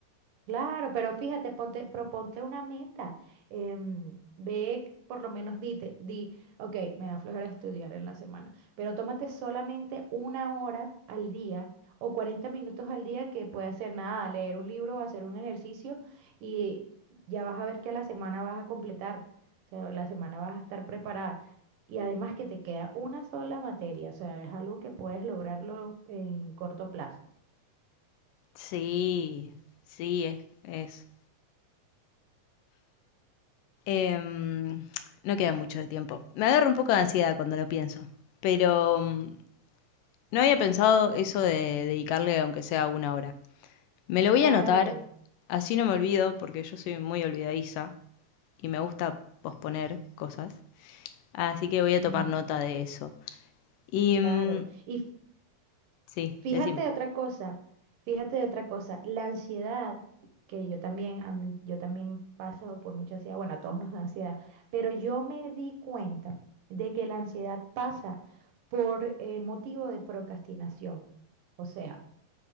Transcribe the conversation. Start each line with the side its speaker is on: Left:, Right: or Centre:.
Right: Claro, pero fíjate, ponte, proponte una meta. em, ve, por lo menos dite, di, ok, me da flojera estudiar en la semana, pero tómate solamente una hora al día o 40 minutos al día que puede hacer nada, leer un libro, hacer un ejercicio y ya vas a ver que a la semana vas a completar, o sea, la semana vas a estar preparada. Y además que te queda una sola materia, o sea, es algo que puedes lograrlo en corto plazo.
Left: Sí, sí, es, es Em, no queda mucho de tiempo. Me agarra un poco de ansiedad cuando lo pienso, pero mm, no había pensado eso de dedicarle aunque sea una hora. Me lo
Right: Claro.
Left: voy a anotar, así no me olvido, porque yo soy muy olvidadiza y me gusta posponer cosas. Así que voy a
Right: mm,
Left: tomar nota de eso. Y
Right: Claro.
Left: mm,
Right: Y
Left: sí,
Right: Fíjate
Left: decime.
Right: de otra cosa, fíjate de otra cosa, la ansiedad, que yo también, a mí- yo también paso por mucha ansiedad, bueno, a todos nos da ansiedad, pero yo me di cuenta de que la ansiedad pasa por eh, motivo de procrastinación. O sea,